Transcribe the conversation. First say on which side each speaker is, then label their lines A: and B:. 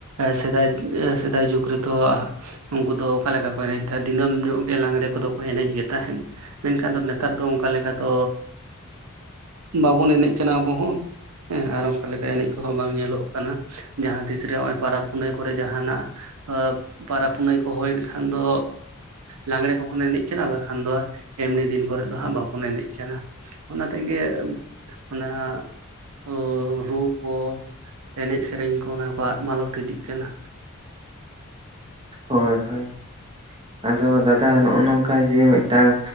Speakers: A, on the right; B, on the right.
A: ᱥᱮᱫᱟᱭ ᱥᱮᱫᱟᱭ ᱡᱩᱜᱽ ᱨᱮᱫᱚ ᱩᱱᱠᱩ ᱫᱚ ᱚᱠᱟ ᱞᱮᱠᱟ ᱠᱚ ᱮᱱᱮᱡ ᱛᱟᱦᱮᱸᱫ ᱫᱤᱱᱟᱹᱢ ᱧᱚᱜ ᱜᱮ ᱞᱟᱸᱜᱽᱲᱮ ᱠᱚᱫᱚ ᱠᱚ ᱮᱱᱮᱡ ᱜᱮ ᱛᱟᱦᱮᱸᱫ ᱢᱮᱱᱠᱷᱟᱱ ᱫᱚ ᱱᱮᱛᱟᱨ ᱫᱚ ᱚᱱᱠᱟ ᱞᱮᱠᱟ ᱫᱚ ᱵᱟᱵᱚᱱ ᱮᱱᱮᱡ ᱠᱟᱱᱟ ᱟᱵᱚ ᱦᱚᱸ ᱦᱮᱸ ᱟᱨ ᱚᱱᱠᱟ ᱞᱮᱠᱟ ᱮᱱᱮᱡ ᱠᱚᱦᱚᱸ ᱵᱟᱝ ᱧᱮᱞᱚᱜ ᱠᱟᱱᱟ ᱡᱟᱦᱟᱸ ᱛᱤᱥᱨᱮ ᱱᱚᱜᱼᱚᱭ ᱯᱚᱨᱚᱵᱽ ᱯᱩᱱᱟᱹᱭ ᱠᱚᱨᱮᱜ ᱡᱟᱦᱟᱱᱟᱜ ᱯᱚᱨᱚᱵ ᱯᱩᱱᱟᱹᱭ ᱠᱚ ᱦᱩᱭᱮᱱ ᱠᱷᱟᱱ ᱫᱚ ᱞᱟᱜᱽᱲᱮ ᱠᱚᱵᱚᱱ ᱮᱱᱮᱡ ᱠᱟᱱᱟ ᱵᱟᱠᱷᱟᱱ ᱫᱚ ᱮᱢᱱᱤ ᱫᱤᱱ ᱠᱚᱨᱮ ᱫᱚ ᱦᱟᱸᱜ ᱵᱟᱵᱚᱱ ᱮᱱᱮᱡ ᱠᱟᱱᱟ ᱚᱱᱟ ᱛᱮᱜᱮ ᱚᱱᱟ ᱷᱳ ᱨᱩ ᱠᱚ ᱮᱱᱮᱡ ᱥᱮᱨᱮᱧ ᱠᱚ ᱚᱱᱟ ᱠᱚ ᱟᱫ ᱢᱟᱞᱚᱴ ᱤᱫᱤᱜ ᱠᱟᱱᱟ
B: ᱦᱳᱭ ᱦᱳᱭ ᱟᱫᱚ ᱫᱟᱫᱟ ᱱᱚᱜᱼᱚ ᱱᱚᱝᱠᱟ ᱡᱮ ᱢᱤᱫᱴᱟᱝ